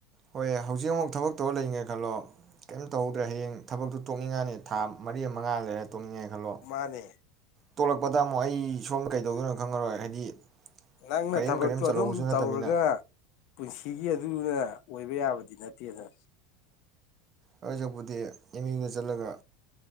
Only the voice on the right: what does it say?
ꯍꯣꯏ ꯍꯧꯖꯤꯛ ꯑꯃꯨꯛ ꯊꯕꯛ ꯇꯧꯔ ꯂꯩꯅꯤꯡꯉꯦ ꯈꯜꯂꯣ ꯀꯩꯝ ꯇꯧꯍꯧꯗ꯭ꯔꯦ ꯍꯌꯦꯡ ꯊꯕꯛꯇꯨ ꯇꯣꯛꯅꯤꯡꯉꯅꯤ ꯊꯥ ꯃꯔꯤ ꯑꯝ ꯃꯉꯥ ꯑꯝ ꯂꯩꯔ ꯇꯣꯛꯅꯤꯡꯉꯦ ꯈꯜꯂꯣ
ꯇꯣꯂꯛꯄꯗ ꯑꯃꯨꯛ ꯑꯩ ꯁꯣꯝꯗ ꯀꯩꯗꯧꯗꯣꯏꯅꯣ ꯈꯪꯉꯔꯣꯏ ꯍꯥꯏꯗꯤ
ꯀꯔꯤꯝ
ꯀꯔꯤꯝ ꯆꯜꯍꯧꯕꯁꯨ
ꯅꯠꯇꯕꯅꯤꯅ
ꯑꯗꯨꯁꯛꯄꯨꯗꯤ ꯑꯦꯝ ꯌꯨꯗ ꯆꯠꯂꯒ